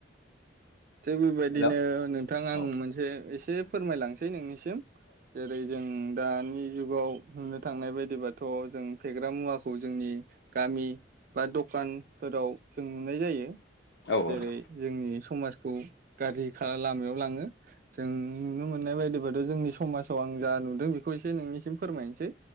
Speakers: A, on the right; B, on the left.
A: थिग बेबायदिनो
B: हेल'
A: नोंथां
B: औ
A: आं मोनसे एसे फोरमायलांनोसै नोंनि सि <unintelligible> जेरै जों दानि जुगाव बुंनो थांनाय बायदिबाथ जों फेग्रा मुवाखौ जोंनि गामि बा दकानफोराव जों नुनाय जायो
B: थारैनो
A: जेरै जोंनि समाज। खौ <unintelligible> लामायाव लाङो। जों नुनो मोननाय बायदिबा। <unintelligible> जोंनि समाजाव आं जा नुदों बे बेखौ एसे नोंनिसिम फोरमायनोसै